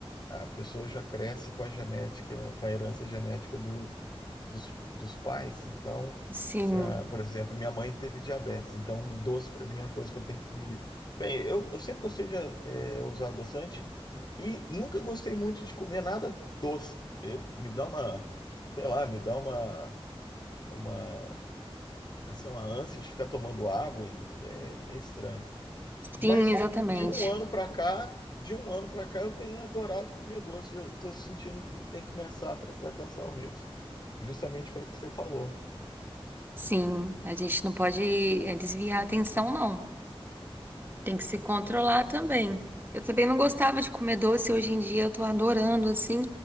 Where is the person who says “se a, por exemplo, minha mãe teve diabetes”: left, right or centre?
Left